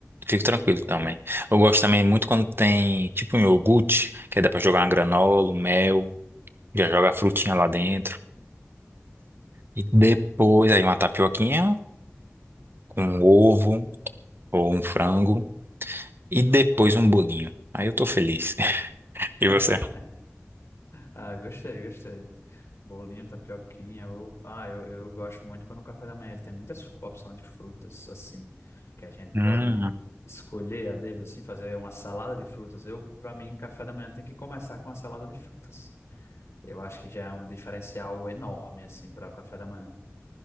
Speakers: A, on the right; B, on the left.
A: fico tranquilo também. Eu gosto também muito quando tem tipo um iogurte, que aí dá pra jogar uma granola, um mel, já joga a frutinha lá dentro. E depois aí uma tapioquinha com um ovo ou um frango. E depois um bolinho. Aí eu tô feliz. <laughs> E
B: <laughs>
A: você?
B: Ah, gostei, gostei. Bolinho, tapioquinha, ovo. Ah, eu, eu gosto muito quando o café da manhã ele tem muitas fru- opções de frutas, assim, que a gente
A: Hum.
B: pode escolher a dedo, assim, fazer uma salada de frutas. Eu, para mim, café da manhã tem que começar com uma salada de frutas. Eu acho que já é um diferencial enorme, assim, para o café da manhã.